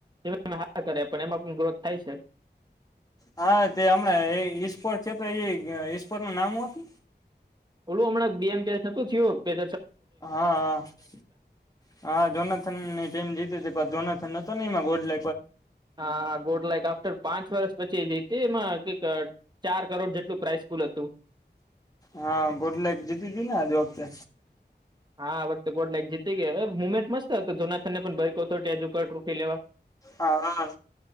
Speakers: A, on the right; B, on the left.
A: એ હા કરે પણ એમાં પણ ગ્રોથ થાય છે
B: હા તે હમણાં ઈશ્ફોટ છે તો એ ઈશ્ફોર નું નામ હતું
A: ઓલું હમણાં બેમનું થયયો, પે
B: હા, હા, હા જોનાથનની ટીમ જીતી, હતી પણ જોનાથન નતો ન ગોડ લ
A: હા, હા બોટ લક આફ્ટર પાંચ વર્ષ પછી, એ એમાં કક ચાર કરોડ જેટલું પ્રાઇસ ૂલ હતું
B: હા, ગોટલે જીતી જય ને આજે વખતે
A: હા, આ વખતે ગોડ લાઈક જીતી, ગયા હવે મુમેન્ટ મસ્ત હતો તો જોનાથને પણથજ ઉપરોકી લેવા
B: હા